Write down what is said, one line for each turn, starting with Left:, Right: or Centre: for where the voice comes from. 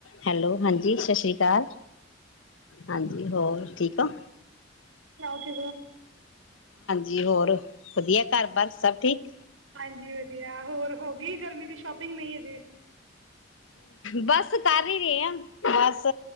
Left: Hello ਹਾਂਜੀ ਸਤਿ ਸ਼੍ਰੀ ਅਕਾਲ ਹਾਂਜੀ ਹੋਰ ਠੀਕ ਹੋ?
Right: ਕਿ
Left: ਕੀ ਹੋਰ ਵਧੀਆ ਘਰ ਬਸ ਸਭ ਠੀਕ।
Right: ਹਾਂਜੀ ਵਧੀਆ ਹੋਰ ਹੋ ਗ ਗਰਮੀ ਦੀ ਸ਼ੋਪਿੰਗ ਨਹੀਂ ਹਜੇ।
Left: ਬਸ ਕਰ ਹੀ ਰਹੇ ਹ ਬਸ